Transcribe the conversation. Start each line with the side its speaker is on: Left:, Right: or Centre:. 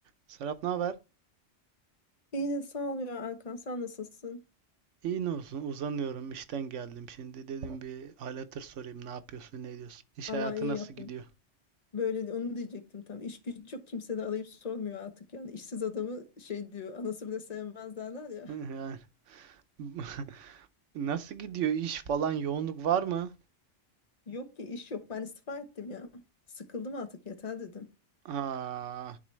Right: Serap ne haber?
Left: İyi sağ ol ya Erkan sen nasılsın?
Right: İyi ne olsun uzanıyorum işten geldim şimdi dedim bir hal hatır sorayım ne yapıyorsun ne ediyorsun iş
Left: Allah
Right: hayatı
Left: iyi
Right: nasıl
Left: yaptın.
Right: gidiyor
Left: Böyle de- onu diyecektim tam. İş güç yok kimse de arayıp sormuyor artık yani. İşsiz adamı şey diyor anası bile sevmez derler ya.
Right: <laughs> yani <laughs> nasıl gidiyor iş falan yoğunluk var mı
Left: <laughs> Yok ki iş yok ben istifa ettim ya. Sıkıldım artık yeter dedim.
Right: Aa,